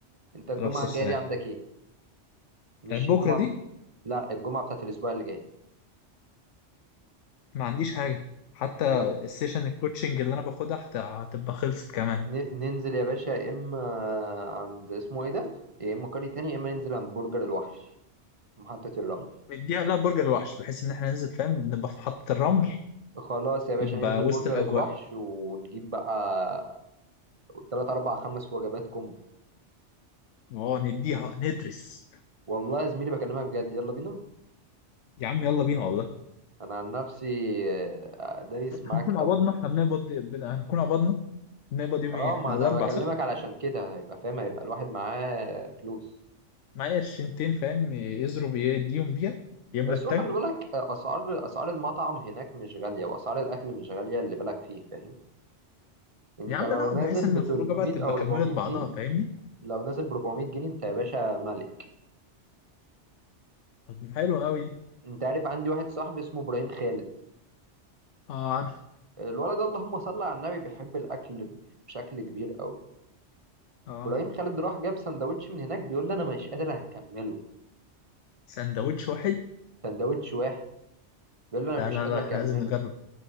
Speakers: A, on the right (about 30°); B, on the left (about 80°).
A: انت الجمعه
B: على الصلاة
A: الجايه
B: والسلام
A: دي عندك ايه مش
B: يعني بكرة
A: الجمعه
B: دي
A: لا الجمعه بتاعت الاسبوع اللي جاي
B: ما عنديش حاجة حتى
A: يلا
B: السيشن الكوتشنج اللي انا باخدها هت- هتبقى خلصت كمان
A: ن- ننزل يا باشا يا اما عند اسمه ايه ده يا اما قرية هاني يا اما ننزل عند برجر الوحش محطة الرمل
B: نديها لا برجر الوحش بحيث ان احنا ننزل فاهم نبقى في محطة الرمل
A: خلاص يا باشا
B: يبقى
A: ننزل
B: وسط
A: برجر
B: الاجواء
A: الوحش ونجيب بقى تلات أربع خمس وجبات كومبو
B: اه نديها ندرس
A: والله يا زميلي بكلمك بجد يلا بينا
B: يا عم يلا بينا والله
A: أنا عن نفسي آه، دايس
B: حتى
A: معاك
B: هنكون
A: قوي
B: قبضنا احنا بنقبض بن- هنكون قبضنا بنقبض يوم
A: اه
B: ايه احنا
A: ما
B: الاربع
A: أنا بكلمك
B: صح
A: علشان كده هيبقى فاهم هيبقى الواحد معاه فلوس
B: معايا قرشنتين فاهم يضرب يديهم بيها يملى
A: بس
B: التانك
A: هو خلي بالك آه، أسعار أسعار المطعم هناك مش غالية وأسعار الأكل مش غالية اللي بالك فيه فاهم أنت
B: يا عم
A: لو
B: لا
A: نازل
B: بحيث ان
A: ب
B: الخروجه
A: 300
B: بقى تبقى
A: أو
B: كملت
A: 400 جنيه
B: بعضها فاهمني
A: لو نازل ب 400 جنيه أنت يا باشا ملك
B: طب حلو قوي دي
A: أنت عارف عندي واحد صاحبي اسمه إبراهيم خالد
B: اه عارف
A: الولد ده اللهم صل على النبي بيحب الاكل بشكل كبير قوي
B: اه
A: ابراهيم خالد راح جاب سندوتش من هناك بيقول لي انا مش قادر اكمله
B: سندوتش واحد
A: سندوتش واحد بيقول لي انا
B: لا
A: مش
B: لا
A: قادر
B: لا
A: اكمله
B: احنا لازم نجرب